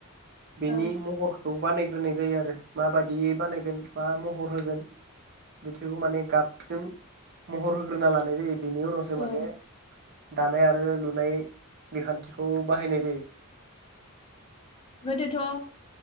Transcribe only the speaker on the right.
बेनि
महरखौ बानायग्रोनाय जायो आरो मा बायदियै बानाय गोन बा मा महर होगोन <unintelligible> खौ माने गाबजों महर होग्रोना लानाय जायो बिनि उनावसो माने
दानाय आरो लुनाय बिखान्थिखौ बाहायनाय जायो